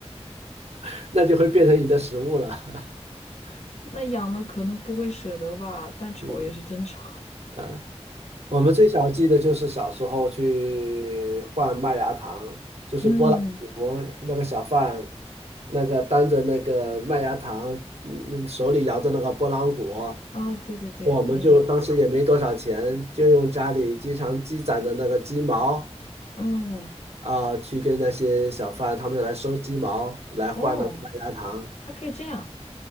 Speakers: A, on the right; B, on the left.
A: <laughs> 那就会变成你的食物了。
B: <laughs> 那养了可能不会舍得吧，
A: <laughs>
B: 但丑也是真丑。
A: 嗯啊，我们最小记得就是小时候去换麦芽糖，就是拨浪鼓那个小贩，
B: <laughs> 嗯。
A: 那个担着那个麦芽糖，嗯，手里摇着那个拨浪鼓，
B: 哦，对对对，
A: 我们就当时也没多少钱，
B: 我们也有，
A: 就用家里经常积攒的那个鸡毛
B: 嗯，
A: 啊，去跟那些小贩他们来收鸡毛来换那个麦芽糖。
B: 哦，还可以这样，